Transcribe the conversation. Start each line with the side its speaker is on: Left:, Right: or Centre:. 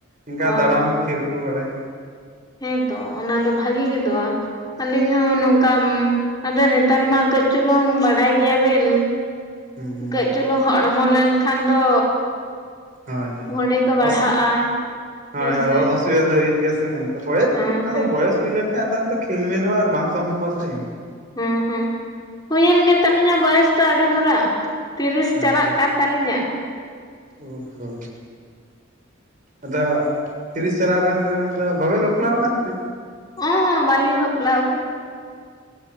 Right: ᱤᱱᱠᱟ
Left: ᱚ
Right: ᱫᱟᱬᱟᱱ ᱠᱷᱤᱨᱠᱩ ᱵᱟᱲᱟᱭ᱾
Left: ᱦᱮᱸᱛᱚ ᱚᱱᱟ ᱫᱚ ᱵᱷᱟᱜᱤ ᱜᱮᱫᱚᱜ ᱟᱹᱞᱤᱧ ᱦᱚᱸ ᱱᱚᱝᱠᱟ ᱟᱫᱚ ᱱᱮᱛᱟᱨ ᱢᱟ ᱠᱟᱹᱡ ᱪᱩᱞᱩᱝ ᱵᱟᱰᱟᱭ ᱜᱮᱭᱟᱵᱤᱱ᱾
Right: ᱦᱮᱸ
Left: ᱠᱟᱹᱡ ᱪᱩᱞᱩᱝ ᱦᱚᱲᱢᱚ ᱞᱮᱱᱠᱷᱟᱱ ᱫᱚ
Right: ᱦᱳᱭ ᱦᱳᱭ
Left: ᱢᱚᱱᱮ ᱠᱚ ᱵᱟᱲᱦᱟᱜᱼᱟ
Right: ᱚᱥ ᱦᱳᱭ
Left: ᱦᱮᱸᱥᱮ
Right: <unintelligible> ᱦᱩᱭᱩᱜ ᱜᱮᱭᱟ ᱥᱮ <unintelligible> ᱵᱚᱭᱮᱥ
Left: ᱦᱮᱸ
Right: ᱟᱫᱚ
Left: ᱦᱮᱸ
Right: ᱵᱚᱭᱮᱥ ᱦᱩᱭ ᱞᱮᱱᱠᱷᱟᱱ ᱫᱚ ᱠᱷᱮᱞᱢᱮᱞ ᱦᱚᱸ ᱟᱨ ᱵᱟᱝ ᱥᱚᱢᱵᱷᱚᱵᱽ ᱥᱮ
Left: ᱦᱮᱸ ᱦᱩᱸ ᱦᱩᱭᱮᱱ ᱜᱮ ᱛᱟᱹᱞᱤᱧᱟ ᱵᱚᱭᱚᱥ ᱫᱚ ᱟᱹᱰᱤ ᱵᱷᱚᱨᱟ ᱛᱤᱨᱤᱥ ᱪᱟᱞᱟᱜ
Right: ᱟᱨ
Left: ᱠᱟᱱ ᱛᱟᱹᱞᱤᱧᱟ
Right: ᱚ ᱦᱚᱻ ᱟᱫᱚ ᱛᱤᱨᱤᱥ ᱪᱟᱞᱟᱣ ᱟᱠᱟᱱ ᱛᱟᱹᱵᱤᱱᱟ ᱟᱫᱚ ᱵᱟᱵᱮᱱ ᱵᱟᱯᱞᱟ ᱟᱠᱟᱱᱛᱮ
Left: ᱚ ᱦᱚᱸᱻ ᱵᱟᱹᱞᱤᱧ ᱵᱟᱯᱞᱟᱣᱟᱠᱟᱱᱟ